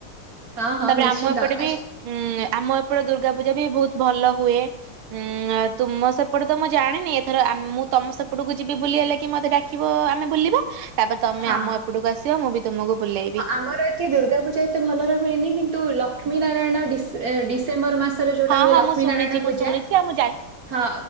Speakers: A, on the right (about 60°); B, on the right (about 80°).
A: ହଁ ହଁ
B: ତାପରେ
A: ନିଶ୍ଚିନ୍ତ
B: ଆମ ଏପଟେ ବି
A: ଆଚ୍ଛା
B: ହୁଁ ଆମ ଏପଟେ ଦୁର୍ଗା ପୂଜା ବି ବହୁତ୍ ଭଲ ହୁଏ। ଉଁ ତୁମ ସେପଟେ ତ ମୁଁ ଜାଣିନି ଏଥର ଆ ମୁଁ ତମ ସେପଟକୁ ଯି ବି ବୁଲିବାଲାଗି କି ମତେ ଡାକିବ ଆମେ ବୁଲିବା। ତାପରେ ତମେ
A: ହଁ।
B: ଆମ ଏପଟକୁ ଆସିବ ମୁଁ ବି ତମକୁ ବୁଲେଇବି।
A: ହଁ ଆମର ଏଠି ଦୁର୍ଗାପୂଜା ଏତେ ଭଲରେ ହୁଏନି କିନ୍ତୁ ଲକ୍ଷ୍ମୀ ନାରାୟଣ ଡିସ ଡିସେମ୍ବର ମାସ ସ ରେ ଯୋଉଟା
B: ହଁ
A: ହୁଏ
B: ହଁ
A: ଲକ୍ଷ୍ମୀ
B: ମୁଁ ଶୁଣିଛି
A: ନାରାୟଣ
B: ମୁଁ
A: ପୂଜା।
B: ଶୁଣିଛି ଆଉ ମୁଁ ଯାଇ
A: ହଁ